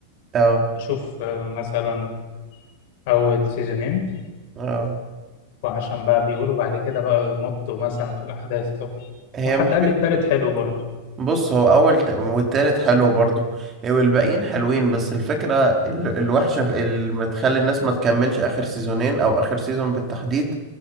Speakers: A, on the right; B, on the left.
A: اه
B: اشوف آه، مثلا اول سيزونين
A: اه
B: وعشان بقى بيقولوا بعد كده بقى يمطوا مثلا في الأحداث أو كده
A: هي
B: وحد
A: مش
B: قال
A: فكرة
B: لي التالت حلو برضه
A: بص هو اول ت- والتالت حلو برضو إيه، والباقيين حلوين بس الفكرة ال- الوحشة في- اللي بتخلي الناس ما تكملش اخر سيزونين او اخر سيزون بالتحديد